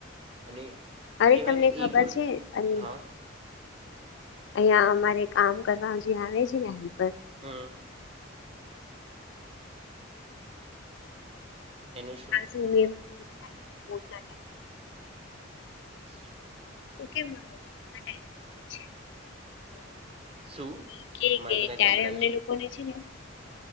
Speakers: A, on the right; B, on the left.
A: અને
B: અરે
A: કેવાય
B: તમને
A: ને કે
B: ખબર
A: એ ફોર
B: છે અને
A: હા
B: અહિયાં અમારે કામ કરવા જે આવે છે ને હેલ્પર
A: હા એનું શું.
B: <unintelligible>
A: <inaudible>
B: કેમાટે છે <unintelligible>
A: શું
B: ઈ કે
A: મને
B: કે
A: તો કઈ
B: ત્યારે
A: સંભળાવ્યું
B: અમને
A: જ નહી
B: લોકો ને છે ને